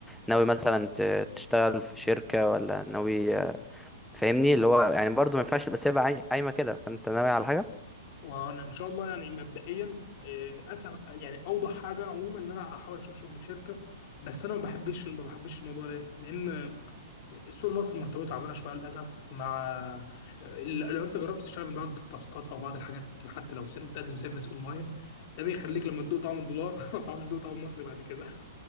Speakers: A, in the centre; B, on the left.
A: ناوي مثلا ت- تشتغل في شركة ولا ناوي فاهمني اللي هو يعني برضو ما ينفعش تبقى سايبها عاي- قايمة كده فانت ناوي على حاجة
B: وانا ان شاء الله يعني مبدئيا آه، اسهل يعني اوضح حاجه عموما ان انا احاول اشوف شغل في شركه بس انا ما بحبش ما بحبش الموضوع ده ليه؟ لان السوق المصري مرتبطه تعبانه شويه للاسف مع آه، لو انت جربت تشتغل من بعض التاسكات او بعض الحاجات حتى لو سير بتقدم سيرفيس اونلاين ده بيخليك لما تدوق طعم الدولار <laughs> ما بتعرفش تدوق طعم المصري بعد كده